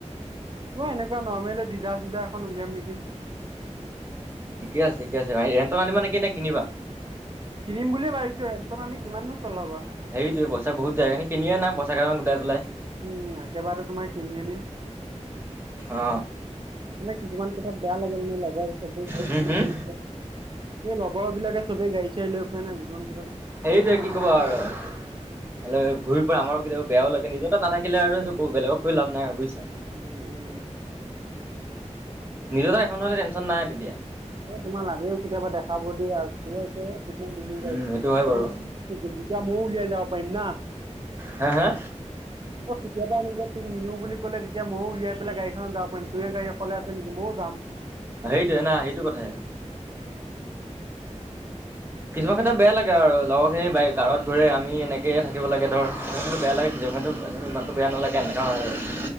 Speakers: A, on the right; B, on the right.
A: মই এনেকুৱা নৰ্মেলে দিজাৰ চিজাৰ এখন উলিয়াম নেকি।
B: ঠিকে আছে, ঠিকে আছে। গাড়ী ৰেণ্টত আনিবা নেকে নে কিনিবা?
A: কিনিম বুলিয়ে ভাবিছোঁ। ৰেন্টত আনি কিমাননো চলাবা।
B: সেইটোৱে পইচা বহুত যায়। এইকাৰণে কিনি আনা পইচা কেইটামান গোটাই পেলাই।
A: উম একেবাৰতে তোমাৰ কিনি আনিম।
B: অ।
A: মানে কিছুমান কথাত বেয়া লাগে মানে লগৰ <unintelligible>
B: হম হম
A: এই লগৰবিলাকে চবে গাড়ী-চাড়ী লৈ ফুৰে ন একদম।
B: সেইটোৱে কি ক'বা আৰু ঘূৰি ফুৰে আমাৰো কেতিয়াবা বেয়াও লাগে। নিজৰ তাত নাথাকিলে আৰু সেইটো ক' বেলেগক কৈ লাভ নাই আৰু বুইছা।
A: উ-উ।
B: নিজৰ তাত এখন হ'লে টেনচন নাই তেতিয়া।
A: এ তোমাৰ লাগেও কেতিয়াবা দেখাব দিয়ে আৰু
B: উম
A: <unintelligible>
B: সেইটো হয় বাৰু
A: <unintelligible> দুটা মইও উলিয়াই যাব পাৰিম না।
B: হা, হা?
A: অ কেতিয়াবা এনেকে তোক নিনিও বুলি ক'লে তেতিয়া মও উলিয়াই পেলাই গাড়ীখনত যাব পাৰিম, তোৱে গাড়ী অকলে আছে নেকি মও যাম।
B: হেইটোৱে না হেইটো কথাই। কিছুমান ক্ষেত্ৰত বেয়া লাগে আৰু লগৰখিনি বাই কাৰত ঘূৰে। আমি এনেকেয়ে থাকিব লাগে, ধৰ <unintelligible> বেয়া লাগে। জেগাটো ইমানটো বেয়া নালাগে এনেকুৱা হয় আৰু।